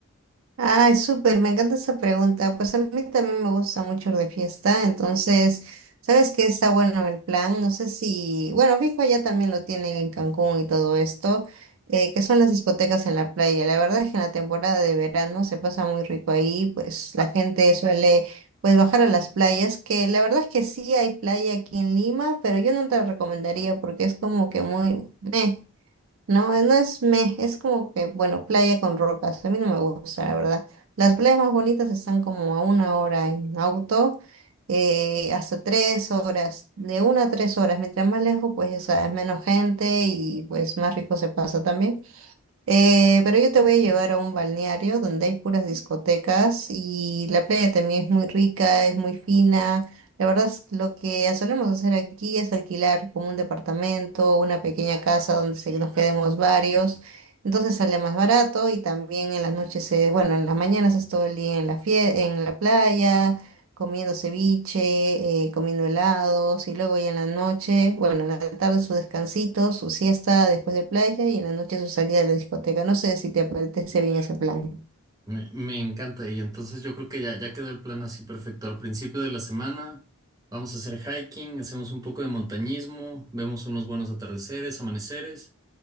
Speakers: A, on the right; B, on the right.
A: Ay, súper, me encanta esa pregunta. Pues a mí también me gusta mucho ir de fiesta, entonces, ¿sabes qué está bueno el plan? No sé si, bueno, fijo, allá también lo tienen en Cancún y todo esto, eh, que son las discotecas en la playa. La verdad es que en la temporada de verano se pasa muy rico ahí, pues la gente suele, pues bajar a las playas, que la verdad es que sí hay playa aquí en Lima, pero yo no te la recomendaría porque es como que muy... meh. No, eh, no es meh, es como que, bueno, playa con rocas. A mí no me gusta, la verdad. Las playas más bonitas están como a una hora en auto, eh, hasta tres horas, de una a tres horas. Mientras más lejos, pues ya sabes, menos gente y pues más rico se pasa también. Eh, pero yo te voy a llevar a un balneario donde hay puras discotecas y la playa también es muy rica, es muy fina. La verdad, es- lo que solemos hacer aquí es alquilar como un departamento, una pequeña casa donde se nos quedemos varios. Entonces sale más barato y también en las noches, se- bueno, en las mañanas es todo el día en la fie- en la playa comiendo ceviche, eh, comiendo helados y luego ya en la noche, bueno, en la tarde su descansito, su siesta después de playa y en la noche su salida a la discoteca. No sé si te apetece bien ese plan.
B: Me, me encanta. Y entonces yo creo que ya, ya quedó el plan así perfecto. Al principio de la semana vamos a hacer hiking, hacemos un poco de montañismo, vemos unos buenos atardeceres, amaneceres.